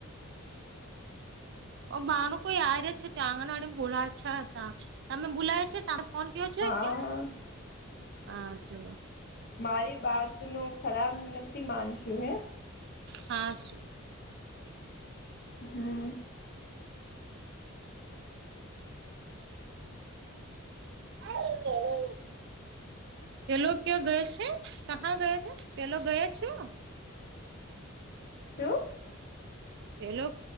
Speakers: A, on the right; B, on the left.
A: બારનું કોઈ આવી ર છે ત્યાં આંગનવાળી બોલાવ છે તા તમે બુલાયા છે તા કોણ કેવો છે
B: હા
A: આવજો
B: મારી બાત નું ખરાબ નથી માનશું હે
A: હા સુું
B: હમ
A: <inaudible> પેલો કયો ગયો છે કહા ગયા છે પેલો ગયા છો
B: તું
A: પેલો